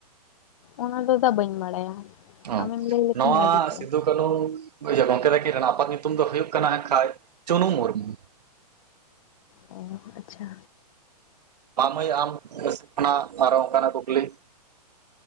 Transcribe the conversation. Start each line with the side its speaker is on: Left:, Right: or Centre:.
Left: ᱚᱱᱟᱫᱚ ᱫᱟ ᱵᱟᱹᱧ ᱵᱟᱲᱟᱭᱟ᱾
Right: ᱚ,
Left: ᱟᱢᱮᱢ ᱞᱟᱹᱭ ᱞᱮᱠᱷᱟᱱ
Right: ᱱᱚᱣᱟ
Left: ᱵᱷᱟᱹᱜᱤ ᱠᱚᱜᱼᱟ
Right: ᱥᱤᱫᱩ ᱠᱟᱹᱱᱩ ᱜᱚᱢᱠᱮ ᱛᱟᱹᱠᱤᱱ ᱨᱮᱱ ᱟᱯᱟᱛ ᱧᱩᱛᱩᱢ ᱫᱚ ᱦᱩᱭᱩᱜ ᱠᱟᱱᱟ ᱦᱟᱸᱜ ᱠᱷᱟᱡ ᱪᱩᱱᱩ ᱢᱩᱨᱢᱩ᱾
Left: ᱚ, <unintelligible> ᱟᱪᱪᱷᱟ᱾
Right: ᱢᱟ ᱢᱟᱹᱭ ᱟᱢ ᱡᱟᱹᱥᱛᱤᱜ ᱠᱟᱱᱟ ᱟᱨᱦᱚᱸ ᱚᱱᱠᱟᱱᱟᱜ ᱠᱩᱠᱞᱤ᱾